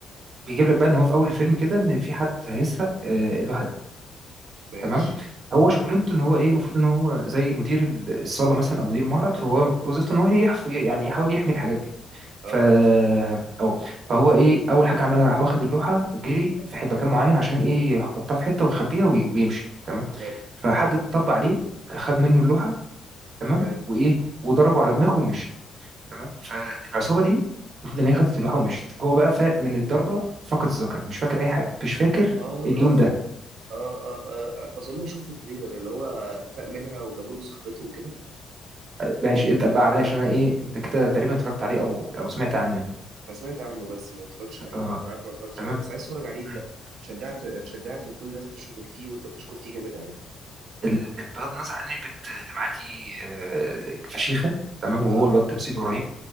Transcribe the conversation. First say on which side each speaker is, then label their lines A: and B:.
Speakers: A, on the right (about 55°); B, on the right (about 75°).
A: لك بقى ان هو في اول الفيلم كده ان في حد هيسرق آه، اللوحة
B: ماشي
A: تمام هو شغلانته ان هو ايه المفروض ان هو زي مدير ال- الصاله مثلا او مدير المعرض فهو وظيفته ان هو ايه يحف... يعني يحاول يحمي الحاجات دي
B: آه
A: ف او فهو ايه اول حاجه عملها راح واخد اللوحه جري في ح- مكان معين عشان ايه يحطها في حته ويخبيها وي... ويمشي تمام
B: حلو
A: فحد طب عليه خد منه اللوحه تمام
B: حلو
A: وايه وضربه على دماغه ومشي تمام فالعصابه دي المفروض ان هي خدت اللوحه ومشت هو بقى فاق من الضربه فقد الذاكره مش فاكر اي حاجه مش فاكر
B: آه
A: اليوم ده
B: آه آه, آه, آه أظن شفت التريلر اللي هو فاق منها وجابوا له صاحبته وكده
A: ماشي اتقل بقى عليا عشان انا ايه انت كده تقريبا اتفرجت عليه او او سمعت عنه
B: انا سمعت عنه بس ما اتفرجتش عليه
A: اه
B: انا عارف ما اتفرجتش
A: تمام
B: عليه بس عايز اتفرج عليه انت
A: مم.
B: اتشجعت اتشجعت وكل الناس بتشكر فيه وانت بتشكر فيه جامد قوي
A: ال- ال- بغض النظر عن إن البت اللي معاه دي آه، فشيخه تمام وهو
B: اه
A: الواد تمثيله رهيب